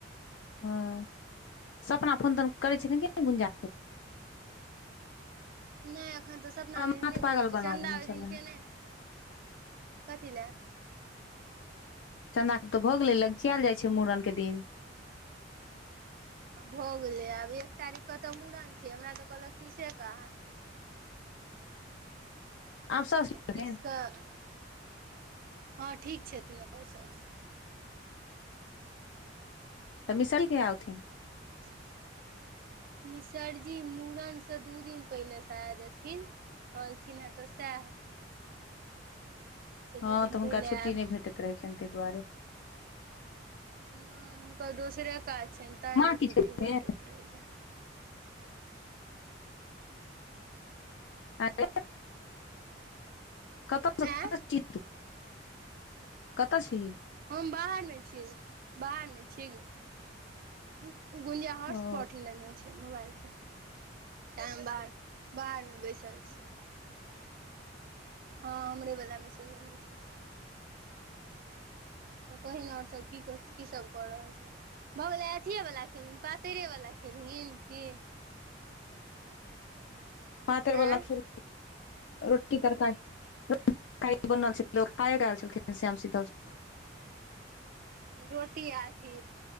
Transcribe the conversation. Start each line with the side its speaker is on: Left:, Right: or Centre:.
Left: हँ सपना फोन तौन करै छ ने किए नहि गुंजा
Right: नहि अखन तऽ सतना
Left: हमरा
Right: दिन
Left: माथ
Right: नहि करै
Left: पागल
Right: छै
Left: बना
Right: चन्दा
Left: देने
Right: ओहि
Left: छलै
Right: दिन केने कथी लए
Left: चना के तऽ भऽ गेले लगचियाल जाइ छै मुड़न के दिन
Right: भऽ गेलै आब एक तारीखक तऽ मूड़न छै हमरा तऽ कहलक तीसे क
Left: आब साउस
Right: तीसक
Left: थिन
Right: हँ ठीक छथिन ओकर सौस
Left: तऽ मिशाल कहिया आउथि
Right: अकसर जिला <unintelligible> मिसरजी मूड़नसँ दू दिन पहिलेसँ सांद देथिन कलथिन है तऽ सेहै
Left: हँ
Right: दू दिन
Left: तऽ
Right: पहिले
Left: हुनका
Right: आयब
Left: छुट्टी नहि भेटैत रहैत छनि तहि दुआरे
Right: नहि हुनकर दोसरे काज छियनि तै
Left: माँ
Right: नहि
Left: की
Right: छुट्टी
Left: छथिन
Right: भेटैत रहैत छनि
Left: अ <unintelligible> कतऽ
Right: आँय
Left: छी कतऽ छी
Right: हम बाहर मे छियै बाहर मे छीयै गै गुंजिया
Left: ओ
Right: होटस्पॉट लेने छै मोबाइल केम बा बाहरमे बैसल छै हँ हमरे बलामे स लेने छै त कहिन और सब की कर की सब कऽ रहल छै भऽ गेलै अथिएवला खेलहिन पातरिेवला खेलहिन की
Left: पातर
Right: आँ
Left: बला खेल रोटी तरकारि ख बनल खाए ख छलखिन श्याम सी <unintelligible> <unintelligible>
Right: रोटी आ अथी